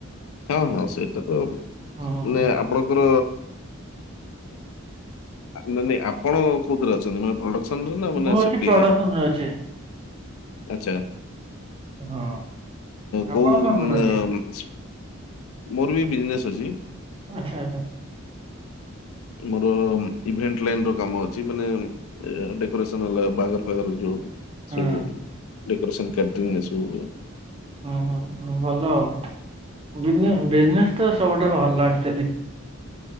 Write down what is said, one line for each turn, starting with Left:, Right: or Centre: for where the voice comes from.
Left: ହଁ ହଁ ସେଇଟା କ ମାନେ
Right: ହଁ।
Left: ଆପଣଙ୍କର ନା ନା ଆପଣ କୋଉଥିରେ ଅଛନ୍ତି ମାନେ ପ୍ରଡ <unintelligible> ମାନେ
Right: ମୁଁ ଅଛି
Left: ସେପଟି।
Right: ପ୍ରଡକ୍ସନରେ ଅଛି
Left: ଆଛା
Right: ହଁ
Left: କୋଉ
Right: ଆପଣ କଣ କରନ୍ତି
Left: ନ ମୋର ବି ବିଜନେସ୍ ଅଛି।
Right: ଆଚ୍ଛା ଆଚ୍ଛା।
Left: ମୋର ଇଭେଣ୍ଟ ଲାଇନ ର କାମ ଅଛି ମାନେ ଡେକୋରେସନ ହେଲା ବାଘର ଫାଗର ଯୋଉ
Right: ହଁ
Left: ସବୁ ଡକୋରେସନ ଫ୍ୟାକ୍ଟ୍ରି ନା ସବୁ
Right: ହୁଁ ହୁଁ ଭଲ ଆଉ ବିଜନେସ ତ ସବୁଠାରୁ ଭଲ ଆକଚୁଆଲି।